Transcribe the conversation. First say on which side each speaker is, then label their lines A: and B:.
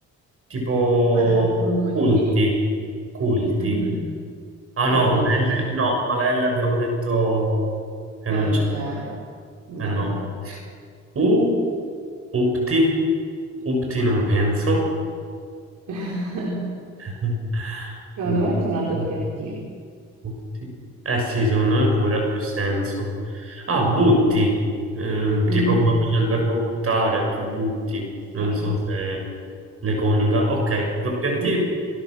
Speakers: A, on the right; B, on the right.
A: Tipo
B: Ah, molti,
A: culti. Culti.
B: Mhm.
A: Ah
B: Oculti,
A: no, la L- no, ma la L abbiamo detto che
B: che
A: non
B: non
A: c'è.
B: c'era, no.
A: Eh no. U, upti. Upti non penso.
B: <laughs>
A: <laughs>
B: Secondo
A: Ut-
B: me c'è una doppia
A: Butti.
B: T.
A: Butti. Eh sì, secondo me pure ha più senso. Ah, butti. Ehm, tipo
B: Mhm.
A: come c'è il verbo buttare, tu butti.
B: Sì.
A: Non so se le coniuga. Ok, doppia
B: Mm.
A: T,